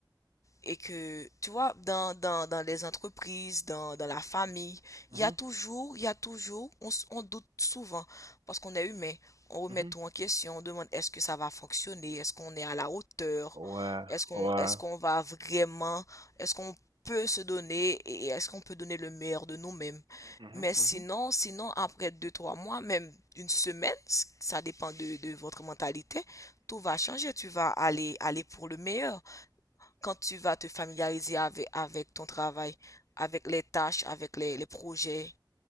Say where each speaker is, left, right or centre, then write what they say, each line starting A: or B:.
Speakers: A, on the left; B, on the right.
A: et que, tu vois, dans, dans, dans les entreprises, dans, dans la famille,
B: mhm,
A: il y a toujours, il y a toujours, on, s- on doute souvent parce qu'on est humain. On remet
B: mhm,
A: tout
B: mhm.
A: en question, on demande est-ce que ça va fonctionner, est-ce qu'on est à la hauteur,
B: Ouais,
A: est-ce qu'on,
B: ouais.
A: est-ce qu'on va vraiment, est-ce qu'on peut se donner et est-ce qu'on peut donner le meilleur de nous-mêmes.
B: Mhm,
A: Mais
B: mhm,
A: sinon, sinon, après deux, trois mois, même une semaine, ça dépend de, de votre mentalité, tout va changer, tu vas aller, aller pour le meilleur quand tu vas te familiariser avec, avec ton travail, avec les tâches, avec les, les projets,